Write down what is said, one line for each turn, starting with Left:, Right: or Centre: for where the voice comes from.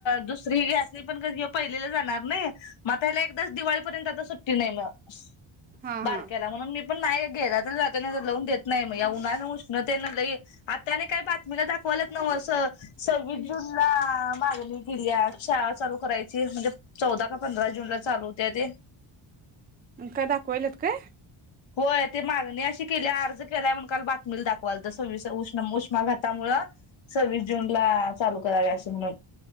Left: दुसरी ह्यास्नी पण क ह्यो पहिलीला जाणार नई म अता हेला एकदाच दिवाळीपर्यंत आता सुट्टी नाही मग
Right: हा
Left: बारक्याला
Right: हा
Left: म्हणून मी पण नाही घ्यायला तर जाते ना पण लावून देत नाही मग या उन्हान उष्णतेन लई आत्याने काय पा मला दाखवाल्यात नव असं सव्वीस जून आ मागणी केलीया शाळा चालू करायची म्हणजे चौदा का पंधरा जून ला चालू होतिया ते.
Right: आणि काय दाखवाल्यात काय?
Left: होय ते मागणी अशी केलीया अर्ज केलाय म्हणून काल बातमीला दाखवालत. सव्वीस हे उष्ण उष्माघातामुळ सव्वीस जून ला चालू करावे असं म्हणून